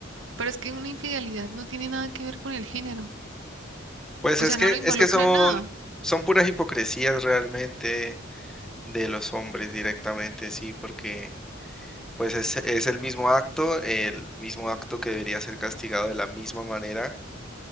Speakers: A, on the right; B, in the centre.
A: pero es que una infidelidad no tiene nada que ver con el género,
B: Pues
A: o
B: es
A: sea,
B: que,
A: no lo involucra
B: es que son,
A: en nada.
B: son puras hipocresías realmente de los hombres directamente, sí, porque pues es, es el mismo acto, el mismo acto que debería ser castigado de la misma manera,